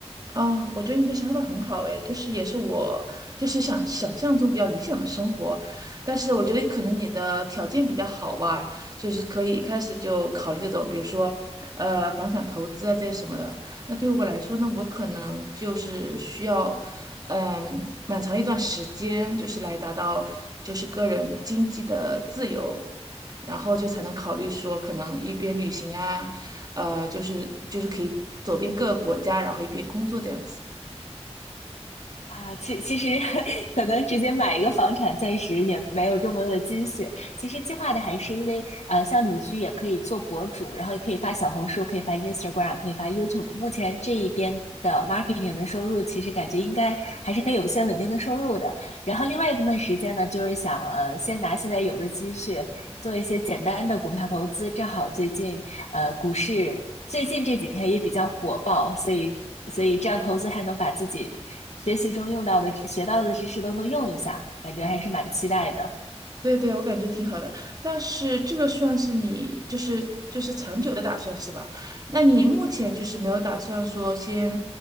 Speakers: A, on the right; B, on the left.
A: 啊，我觉得你的想法很好诶，就是也是我就是想想象中比较理想的生活，但是我觉得可能你的条件比较好吧，就是可以一开始就考虑这种，比如说呃房产投资啊这些什么的。那对于我来说呢，我可能就是需要嗯蛮长一段时间，就是来达到就是个人经济的自由，然后就才能考虑说可能一边旅行啊。呃，就是就是可以走遍各个国家，然后一边工作这样子。
B: 啊，其其实 <laughs> 可能直接买一个房产，暂时也没有这么多的积蓄。其实计划的还是因为，呃，像旅居也可以做博主，然后也可以发小红书，可以发 Instagram，可以发 YouTube。目前这一边的 marketing 的收入，其实感觉应该还是可以有一些稳定的收入的。然后另外一部分时间呢，就是想，呃，先拿现在有的积蓄做一些简单的股票投资。正好最近，呃，股市最近这几天也比较火爆，所以所以这样投资还能把自己学习中用到的知学到的知识都能用一下，感觉还是蛮期待的。
A: 对对，我感觉挺好的，但是这个算是你就是就是长久的打算是吧？那你目前就是没有打算说先